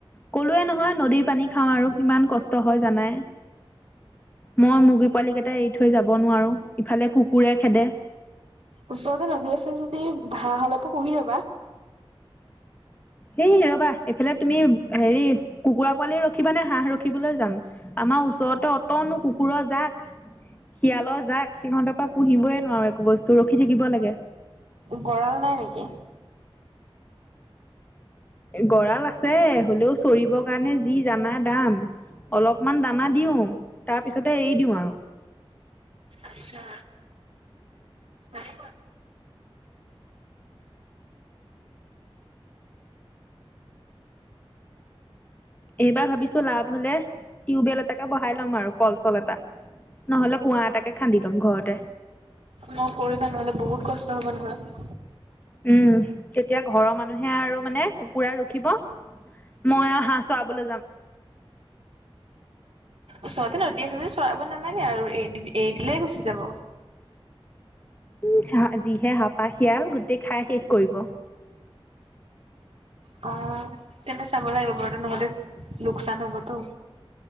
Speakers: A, on the left; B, on the right.
A: ক'লোৱে নহয়, নদীৰ পানী খাওঁ আৰু কিমান কষ্ট হয়। জানাই? মই মুৰ্গী পোৱালী কেইটাই এৰি থৈ যাব নোৱাৰোঁ, ইফালে কুকুৰে খেদে।
B: ওচৰতে নদী আছে যদি ভাঁহ অলপো কহি ৰবা।
A: সেই ৰবা, এইফালে তুমি হেৰি কুকুৰা পোৱালি ৰখিবা নে হাঁহ ৰখিবলৈ যাম। আমাৰ ওচৰতে অটনো কুকুৰৰ যাক, শিয়ালৰ যাক। সিহঁতৰ পৰা পুহিবই নোৱাৰো একো বস্তু। ৰখি থাকিব লাগে।
B: গড়াল নাই নেকি?
A: গঁৰাল আছে, হ'লেও চৰিব কাৰণে যি জানা দাম অলপমান দানা দিওঁ, তাৰপিছতে এৰি দিওঁ আৰু।
B: আচ্ছা। ভালে
A: এইবাৰ ভাবিছো লাভ হলে, টিউবেল এটাকে বহাই লম আৰু কল-চল এটা। নহ'লে কুঁৱা এটাকে খান্দি ল'ম ঘৰতে।
B: মই কৰিবা নহলে বহুত কষ্ট হ'ব নহয়।
A: উম, তেতিয়া ঘৰৰ মানুহে আৰু মানে কুকুৰা ৰখিব। মই আৱ হাঁহ চৰাবলে যাম।
B: ওচৰতে নদী আছে যেদি চৰাব নালাগে আৰু এই দি এই দিলে গুচি যাব।
A: <unintelligible> যিহে হাপা শিয়াল, গোটেই খাই শেষ কৰিব।
B: অ। তেন্ত চাব লাগিব বাৰু নহ'লে লোকচান হ'বতো।